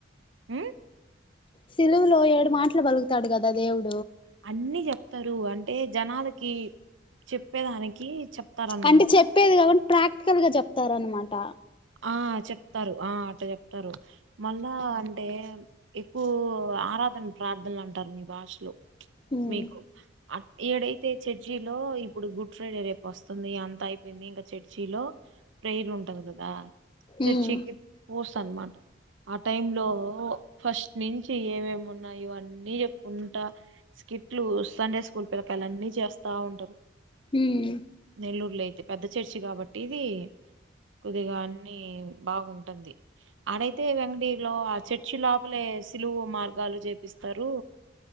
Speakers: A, on the right; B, on the left.
A: ఆ
B: సిలువులో ఏడు మాటలు బలుగుతాడు కదా దేవుడు
A: అన్నిీ చెప్ స్తారు అంటే జనాలకి చెప్పేదానికి చెప్తారనమాట
B: అంటే చెప్పేది కాబట్టి ప్రాక్టికల్ గా చెప్తారనమాట
A: ఆ చెప్తారు ఆ ఆట చెప్తారు మళ్ళా అంటే ఎక్కువ ఆరాధన ప్రార్థనలు అంటరు మీ భాషలో
B: ఉమ్
A: మీకు అ ఈడైతే చర్చి లో ఇప్పుడు గుడ్ ఫ్రైడే రేపు వస్తుంది అంత అయ్ ఇంక చర్చిలో ప్రేర్ ఉంటది చర్చ్కి
B: ఉమ్
A: పూస అనమాట ఆ టైమ్ లో ఫస్ట్ నుంచి ఏమేమి ఉన్నాయో ఆన్నీ చెప్పుకుంటా స్కిట్లు సండే స్కూల్ పిలకాయల్ అన్ని చేస్తా ఉంటరు
B: హమ్
A: నెల్లూరులో అయితే పెద్ద చర్చి కాబట్టి ఇది కొద్దిగా అన్నిీ బాగుంటుంది ఆడైతే వెంకటగిరిలో ఆ చర్చి లోపలే సిలువు మార్గాలు చేపిస్తారు